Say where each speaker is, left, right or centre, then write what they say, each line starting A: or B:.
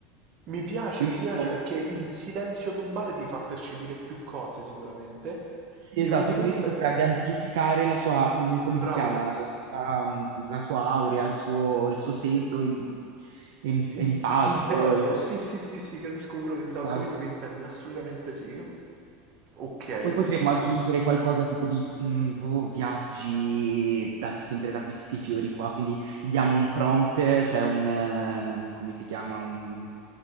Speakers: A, on the right (about 35°); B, on the right (about 75°).
A: Mi piace,
B: Quindi
A: mi
B: tipo
A: piace perché il silenzio tombale ti fa percepire più cose sicuramente.
B: Sì,
A: E
B: esatto,
A: una di
B: quindi
A: queste,
B: si potrebbe amplificare la sua, mh, come
A: bravo,
B: si chiama, la sua, mh, la sua aurea, il suo, il suo senso em- em-
A: Il-
B: empatico.
A: interno.
B: il-
A: Sì, sì, sì, sì, capisco quello che intendi.
B: esatto.
A: Ho capito che intendi, assolutamente sì. Ok.
B: Poi potremmo aggiungere qualcosa tipo di mm, boh, viaggi dati sempre da questi fiori qua, quindi diamo un prompt, cioè un, eh, come si chiama, un,